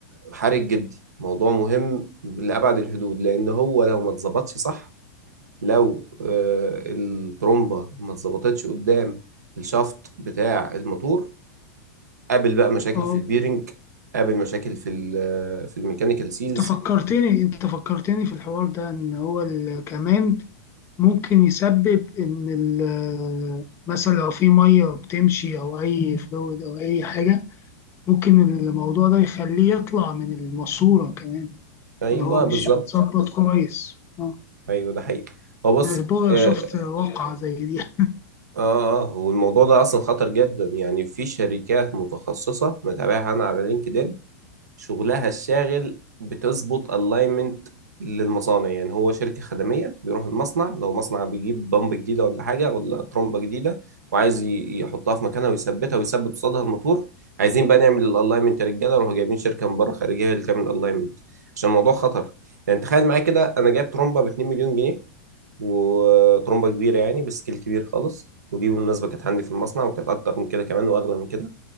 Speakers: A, on the right (about 85°); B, on the left (about 30°).
A: حرج جدا موضوع مهم لأبعد الحدود لأن هو لو ما اتظبطش صح لو آه الترومبة ما اتظبطتش قدام الشافت بتاع الموتور قابل بقى مشاكل
B: اه
A: في البيرنج قابل مشاكل في ال- آه، في الميكانيكال سيلز
B: انت فكرتني انت فكرتني في الحوار ده ان هو ال- كمان ممكن يسبب ان ال- مثلا لو في ميه بتمشي او اي فلويد او اي حاجه ممكن الموضوع ده يخليه يطلع من الماسوره كمان
A: ايوه
B: ان هو مش
A: بالظبط
B: متظبط كويس اه
A: ايوه ده حقيقي هو بص
B: أنا بقى
A: اه
B: شفت واقعه زي دي <laughs>
A: اه آه، والموضوع ده اصلا خطر جدا يعني في شركات متخصصة متابعها انا على لينكدين شغلها الشاغل بتظبط الاينمنت للمصانع يعني هو شركة خدمية بيروح المصنع لو مصنع بيجيب بمب جديدة ولا حاجة ولا ترمبة جديدة وعايز ي- يحطها في مكانها ويثبتها ويثبت قصادها الموتور عايزين بقى نعمل الالاينمنت يا رجالة روحوا جايبين شركة من بره خارجية هي اللي تعمل الالاينمنت عشان الموضوع خطر يعني تخيل معايا كده انا جايب ترمبة ب 2 مليون جنيه وترمبة كبيرة يعني بسكيل كبير خالص ودي بالمناسبة كانت عندي في المصنع وكانت أكتر من كده كمان وأغلى من كده